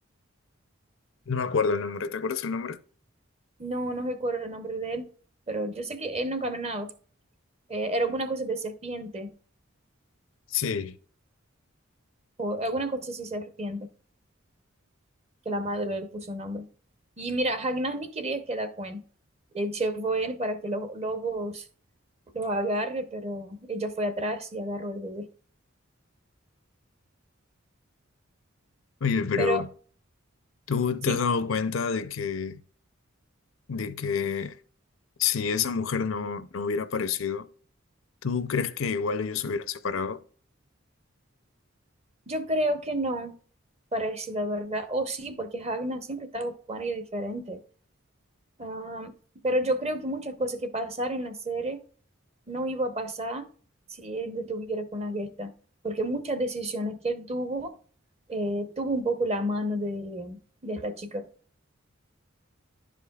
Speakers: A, on the left (about 75°); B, on the right (about 30°).
A: No me acuerdo el nombre, ¿te acuerdas el nombre?
B: No, no recuerdo el nombre de él, pero yo sé que él no caminaba. Eh, era alguna cosa de serpiente,
A: Sí.
B: o alguna cosa así serpiente. que la madre le puso un nombre. Y mira, Ragnar ni quería quedar con él. Él llevó a para que los lobos lo agarre, pero ella fue atrás y agarró el bebé.
A: Oye, pero
B: Pero
A: ¿tú
B: sí,
A: te has dado cuenta de que, de que si esa mujer no, no hubiera aparecido, ¿tú crees que igual ellos se hubieran separado?
B: yo creo que no, para decir la verdad. O sí, porque Ragnar siempre estaba con alguien diferente. Am, pero yo creo que muchas cosas que pasaron en la serie no iba a pasar si él estuviera con la gesta, porque muchas decisiones que él tuvo, eh, tuvo un poco la mano de, de esta chica,